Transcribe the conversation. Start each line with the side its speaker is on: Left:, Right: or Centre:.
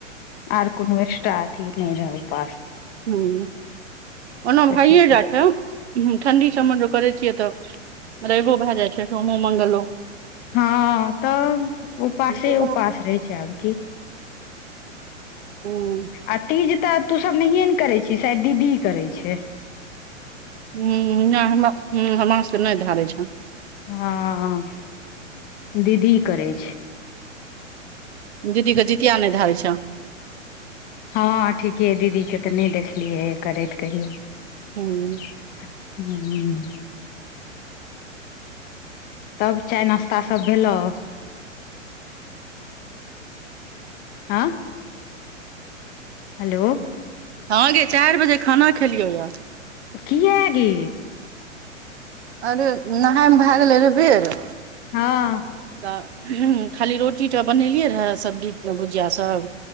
Left: आओर कोनो एक्स्ट्रा अथी नहि रहल उपाश।
Right: हूं ओना भइए
Left: ठीके
Right: जेतै। ठंडी सममे ज करै छियै तऽ रैबो भए जाइ छैय सोमो मंगलो।
Left: हँ तऽ उपासे
Right: हूँ
Left: उपास रहै छैय आब की।
Right: हूँ
Left: आ तीज तऽ तू सब नहिए ने करै छी शायद दीदी करै छैय।
Right: हूं नै हमरा से नहि धारे छैय।
Left: हँ दीदी करै छैय।
Right: दीदीके जितिया नहि धारै छैय।
Left: हँ ठीके दीदीके तऽ नहि देखलियै करैत कहियो।
Right: हूँ
Left: हूं तब चाय नाश्ता सभ भेलव? हँ हेलो
Right: हँ गे चारि बजे खाना खेलियै यऽ।
Left: कीया गे?
Right: अरे नहाायमे भए गेलै रे बेेर।
Left: हँ
Right: तऽ खाली रोटी टा बनेलियै रहए सब्जी भुजिया सब